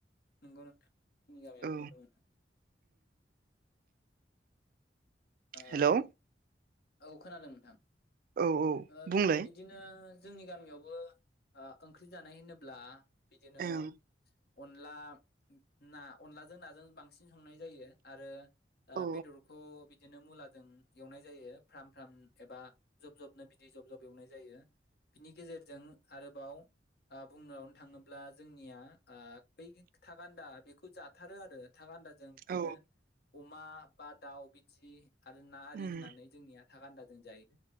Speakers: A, on the left (about 60°); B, on the right (about 50°).
A: नंगौ नोंथां <unintelligible>
B: औ
A: मोनो ओ
B: हेल' औ
A: औ खोनादों नोंथां
B: औ
A: ओ
B: बुंलाय
A: बिदिनो जोंनि गामियावबो ओ ओंख्रि जानाय होनोब्ला बिदिनो
B: ओं
A: अन अनला ना अनलाजों नाजों बांसिन संनाय जायो आरो।
B: औ
A: बेदरखौ बिदिनो मुलाजों एवनाय जायो। फ्रम फ्राम एबा जब जबनो बिदि जब जब एवनाय जायो बिनि गेजेरजों आरोबाव बुंनायावनो थाङोब्ला जोंनिया बै था गान्दा बेखौ जाथारो आरो थाख गान्दाजों बिदिनो
B: औ
A: अम मा बा दाउ बिथि आरो ना आरि
B: उम
A: होननानै जोंनिया थाखा गान्दाजों जायो।